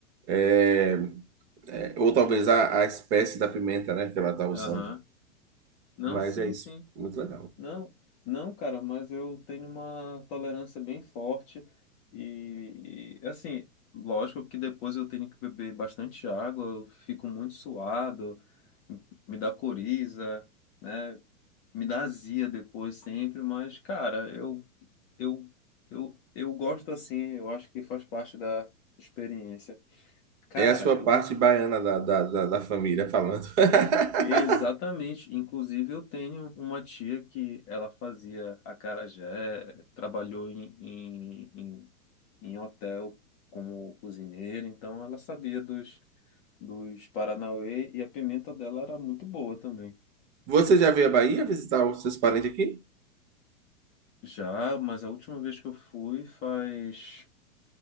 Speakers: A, on the right (about 50°); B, on the left (about 20°).
A: é, é, ou talvez a, a espécie da pimenta, né, que ela tá usando.
B: aham, não,
A: Mas
B: sim,
A: é isso.
B: sim.
A: Muito legal.
B: Não, não, cara, mas eu tenho uma tolerância bem forte e, e, assim, lógico que depois eu tenho que beber bastante água, eu fico muito suado, me dá coriza, né? Me dá azia depois sempre, mas cara, eu eu eu eu gosto assim, eu acho que faz parte da experiência. Cara,
A: É a sua
B: eu
A: parte
B: vou
A: baiana da, da, da, da família falando. <laughs>
B: Exatamente. Inclusive, eu tenho uma tia que ela fazia acarajé, trabalhou em, em, em, em hotel como cozinheira, então ela sabia dos, dos Paranauê e a pimenta dela era muito boa também.
A: Você já veio à Bahia visitar os seus parentes aqui?
B: Já, mas a última vez que eu fui faz